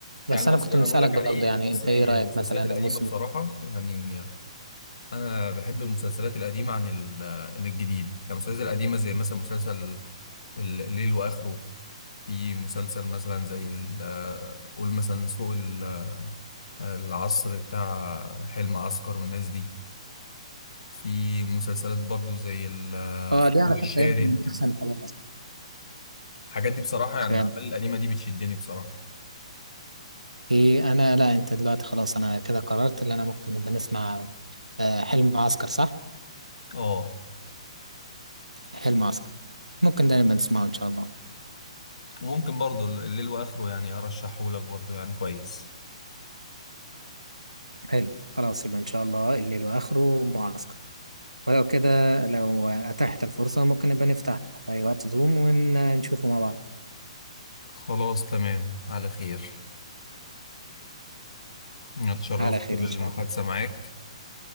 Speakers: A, on the right; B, on the left.
A: بس
B: يعني المصري
A: أنا كنت
B: انا
A: مسألك
B: بقول لك
A: برضه
B: عليه
A: يعني
B: المصري
A: أنت إيه رأيك
B: المسلسلات
A: مثلا
B: القديمه
A: الموسم
B: بصراحه يعني انا بحب المسلسلات القديمه عن ال- عن الجديد يعني المسلسلات القديمه زي مثلا مسلسل الليل واخره في مسلسل مثلا زي ال- آه، قول مثلا سوق ال- آه، العصر بتاع حلم عسكر والناس دي في مسلسلات برضو زي ال- آه،
A: اه دي
B: الضوء
A: على
B: الشارد
A: فكرة يمكن من أحسن الحاجات أصلا
B: الحاجات دي بصراحة يعني
A: بجد.
B: الأعمال القديمة دي بتشدني بصراحة
A: في أنا لا أنت دلوقتي خلاص أنا كده قررت إن أنا ممكن نبقى نسمع آه، حلم عسكر صح؟
B: اه
A: حلم عسكر ممكن ده نبقى نسمعه إن شاء الله
B: وممكن برضو ال- الليل وآخره يعني أرشحه لك برضو يعني كويس
A: حلو خلاص يبقى إن شاء الله الليل وآخره معسكر ولو كده لو أتاحت الفرصة ممكن نبقى نفتح في أي وقت زوم ونشوفه مع بعض
B: خلاص تمام على خير أنا اتشرفت
A: على خير
B: بالمحادثة
A: إن شاء الله
B: معاك